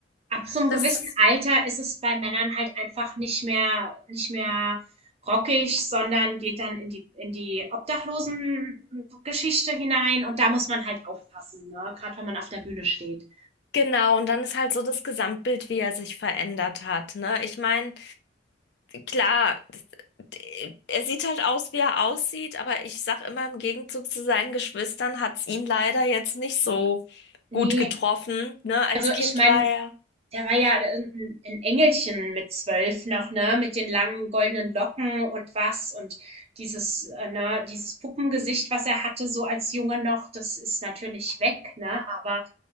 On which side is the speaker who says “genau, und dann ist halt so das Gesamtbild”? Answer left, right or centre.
Left